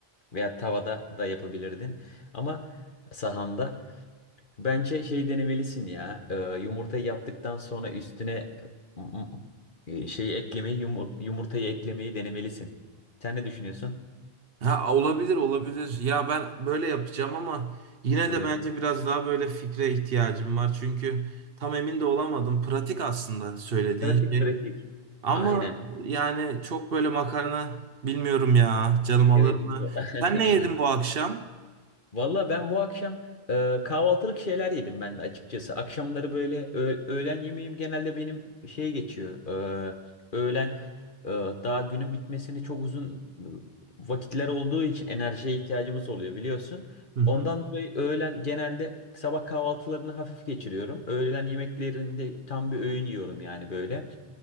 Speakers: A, on the left; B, on the right.
A: veya tavada da yapabilirdin. Ama sahanda. Bence şey denemelisin ya. e, yumurtayı yaptıktan sonra üstüne m- m- e, şeyi eklemeyi, yumu- yumurtayı eklemeyi denemelisin. Sen ne düşünüyorsun?
B: Ha, olabilir olabilir. Ya ben böyle yapacağım ama yine
A: Evet.
B: de bence biraz daha böyle fikre ihtiyacım var. Çünkü tam emin de olamadım. Pratik aslında söylediğin
A: Pratik
B: şey.
A: pratik.
B: Ama
A: Aynen.
B: yani çok böyle makarna bilmiyorum ya. Canım alır
A: Evet.
B: mı?
A: <laughs>
B: Sen ne yedin bu akşam?
A: Valla ben bu akşam e, kahvaltılık şeyler yedim ben de açıkçası. Akşamları böyle ö- öğlen yemeğim genelde benim şey geçiyor. e, öğlen e, daha günün bitmesini çok uzun e, vakitler olduğu için enerjiye ihtiyacımız oluyor biliyorsun.
B: Hı hı.
A: Ondan dolayı öğlen genelde sabah kahvaltılarını hafif geçiriyorum. Öğlen yemeklerinde tam bir öğün yiyorum yani böyle.